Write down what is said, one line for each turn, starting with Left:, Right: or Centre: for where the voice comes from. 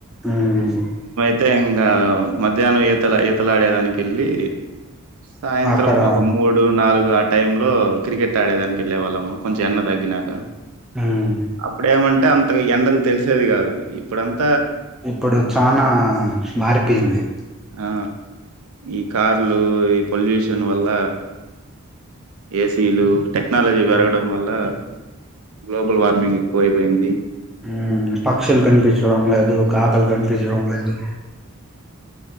Centre: హ్మ్
Right: ప్రత్య ఇంగా మధ్యాహ్నం ఈతల ఈతలాడేదానికి వెళ్ళి సాయంత్రం
Centre: అక్కడ
Right: ఒక మూడు నాలుగు ఆ టైం లో క్రికెట్ ఆడే దానికి వెళ్ళే వాళ్ళము కొంచెం ఎండ తగ్గినాక
Centre: ఉమ్
Right: అప్పుడేమీ అంటే అంత ఎండలు తెలిసేది కాదు ఇప్పుడుంతా
Centre: ఇప్పుడు చానా మారిపోయింది
Right: ఆ ఈ కార్లు ఈ పొల్యూషన్ వల్ల ఏసీలు టెక్ టెక్నాలజీ
Centre: ఉమ్
Right: పెరగడం వల్ల గ్లోబల్ వార్మింగ్ ఎక్కువ అయిపోయింది
Centre: ఉమ్ పక్షులు కనిపించడం లేదు కాకులు కనిపించడం లేదు